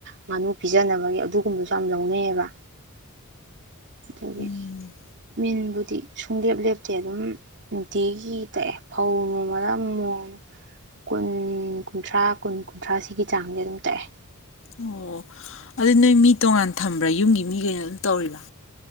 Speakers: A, on the right; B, on the left.
A: ꯉꯥꯅꯨ ꯄꯤꯖꯅꯕꯒꯤ ꯑꯗꯨꯒꯨꯝꯕꯁꯨ ꯌꯥꯝ ꯂꯧꯅꯩꯌꯦꯕ ꯑꯗꯨꯒꯤ
B: ꯎꯝ
A: ꯃꯤꯟꯕꯨ ꯗꯤ ꯁꯨꯡꯂꯦꯞ ꯂꯦꯞꯇꯦ ꯑꯗꯨꯝ ꯅꯨꯡꯇꯤꯒꯤ ꯇꯛꯑꯦ꯫ ꯐꯧ ꯅꯣꯡꯃꯗ ꯃꯣꯟ ꯀꯨꯟ ꯀꯨꯟꯊ꯭ꯔꯥ ꯀꯨꯟ ꯀꯨꯟꯊ꯭ꯔꯥ ꯁꯤꯒꯤ ꯆꯥꯡꯗꯤ ꯑꯗꯨꯝ ꯇꯛꯑꯦ꯫
B: ꯑꯣ ꯑꯗꯨ ꯅꯣꯏ ꯃꯤ ꯇꯣꯉꯥꯟ ꯊꯝꯕ꯭ꯔꯥ? ꯌꯨꯝꯒꯤ ꯃꯤꯒꯩꯅ ꯑꯗꯨꯝ ꯇꯧꯔꯤꯔ?